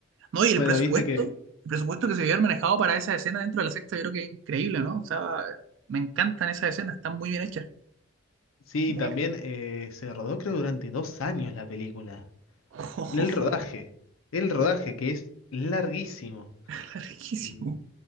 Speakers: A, on the right; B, on the left.
A: No, y el
B: Bueno,
A: Bueno, presupuesto,
B: viste que
A: el presupuesto que se había manejado para esa escena dentro de la secta, yo creo que es increíble, ¿no? O sea, me encantan esas escenas, están muy bien hechas.
B: sí,
A: Muy
B: también
A: bien.
B: eh, se rodó creo durante dos años la película.
A: Oh,
B: El rodaje, el rodaje que es larguísimo.
A: <laughs> riquísimo.
B: Y,